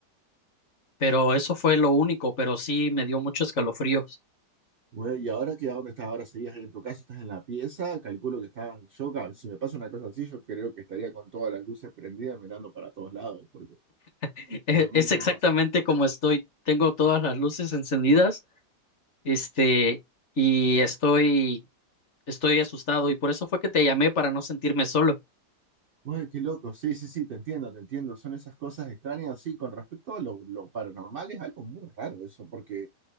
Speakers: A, on the left; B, on the right.
A: pero eso fue lo único, pero sí me dio muchos escalofríos.
B: Bueno, y ahora qué que dónde estás, ahora seguías ahí en tu casa, estás en la pieza, calculo que estás, yo, ca- si me pasa una cosa así, yo creo que estaría con todas las luces prendidas mirando para todos lados, porque
A: <laughs> Eh,
B: realmente
A: Es exactamente
B: es una
A: como estoy. Tengo todas las luces encendidas, este, y estoy, estoy asustado, y por eso fue que te llamé para no sentirme solo.
B: Uy, qué loco, sí, sí, sí, te entiendo, te entiendo. Son esas cosas extrañas, sí, con respecto a lo, lo paranormal es algo muy raro eso, porque